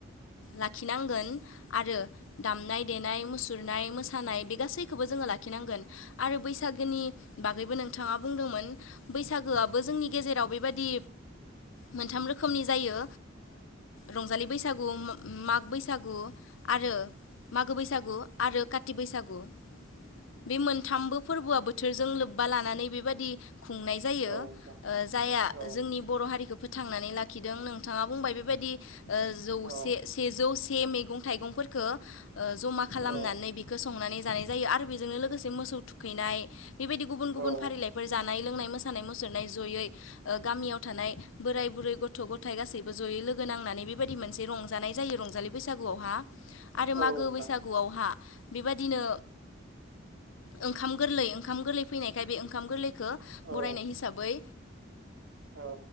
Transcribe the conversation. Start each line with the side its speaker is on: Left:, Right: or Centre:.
Left: लाखिनांगोन आरो दामनाय देनाय मुसुरनाय मोसानाय बे गासैखौबो जोङो लाखिनांगोन आरो बैसागोनि बागैबो नोंथाङा बुंदोंमोन बैसागोआबो जोंनि गेजेराव बेबायदि मोनथाम रोखोमनि जायो। रंजालि बैसागु माग बैसागु आरो मागो बैसागु आरो काति बैसागु बे मोनथामबो फोरबोआबो बोथोरजों लोब्बा लानानै बेबादि खुंनाय जायो
Right: औ नोंथां
Left: जायहा
Right: औ
Left: जोंनि बर' हारिखौ फोथार थांनानै लाखिदों नों नोंथाङा बुंबाय बेबायदि जौसे
Right: औ
Left: सेजौ से मैगं थाइगंफोरखौ जमा खालामनानै
Right: औ
Left: बेखौ संनानै जानाय जायो आरो बेजोंनो लोगोसे मोसौ थुखैनाय बेबायदि गुबुन गुबुन
Right: औ
Left: फारिलाइफोर जानाय लोंनाय मोसानाय मुसुरनाय जयै गामियाव थानाय बोराय बुरै गथ' गथाय गासैबो ज'यै लोगो नांनानै बेबायदि मोनसे रंजानाय जायो रंजालि बैसागुआवहा आरो
Right: औ
Left: मागो
Right: नोंथां
Left: बैसागुआवहा बेबादिनो ओंखाम गोरलै ओंखाम गोरलै फैनायखाय बे ओंखाम गोरलै
Right: औ
Left: बरायनाय हिसाबै
Right: औ